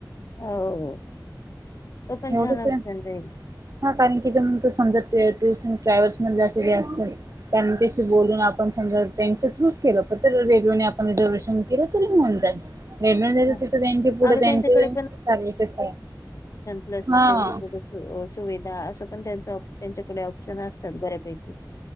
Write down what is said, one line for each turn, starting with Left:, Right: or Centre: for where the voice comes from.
Left: हो तो पण
Right: एवढंच
Left: छान नुकसान
Right: आहे.
Left: राईल
Right: कारण की त समजा टूर्स ट्रॅव्हल्स म जे असल त्यांच्याशी बोलून आपणसमजा त्यांच्या थ्रूच केलं पण रेडिओने आपण रिझर्वेशन केलं तरी म्हणतय वेडमच
Left: हा
Right: तिथं त्यांचे पुढं
Left: अगं
Right: त्यांचे
Left: त्यांच्याकडे
Right: सर्विसेस
Left: पल
Right: हा
Left: त्यां सुविधा अस पण त्यां आपले ऑप्शन असतात बऱ्यापैकी